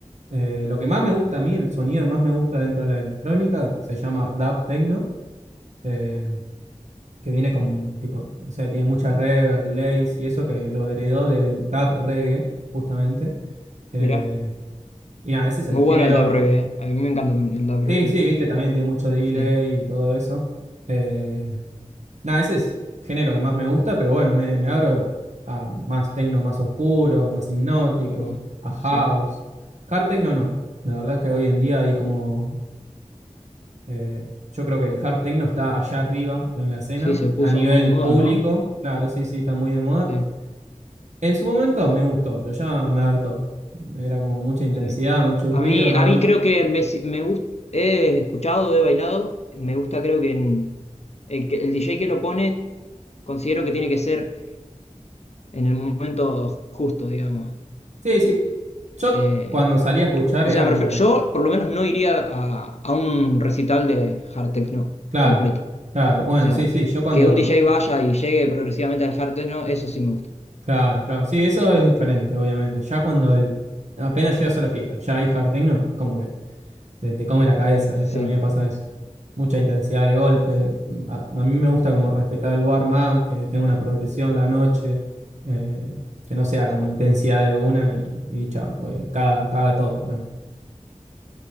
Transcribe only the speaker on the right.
Eh, lo que más me gusta a mí, el sonido que más me gusta dentro de la electrónica, se llama dub techno, eh, que viene con tipo, o sea, tiene mucha reverb, delays y eso que lo heredó del dub reggae, justamente. Eh,
y nada, ese es el
género.
Sí, sí, viste, también tiene mucho delay
y todo eso. Eh, Nada, ese es el género que más me gusta, pero bueno, me, me abro a más techno más oscuro, más hipnótico,
a house.
Hard techno no. La verdad que hoy en día hay como. eh, yo creo que el hard techno está allá arriba en la escena.
A nivel
público,
claro, sí, sí, está muy de moda.
En su momento me gustó, pero ya me hartó. Era como mucha intensidad,
mucho
ruido,
no,
no.
Sí, sí. Yo
cuando salí a escuchar
era
como.
Claro,
claro. Bueno,
sí, sí. Yo cuando
Claro, claro. Sí, eso es diferente,
obviamente. Ya cuando el, apenas llegas a la fiesta, ya hay hard
techno, como que te, te come la cabeza,
¿viste?
A mí me pasa eso. Mucha intensidad de golpe. Mm, A, a mí me gusta como respetar el warm-up, que tenga una progresión la noche, eh, que no sea
como intensidad de una y, y chao, pues caga, caga todo para mí.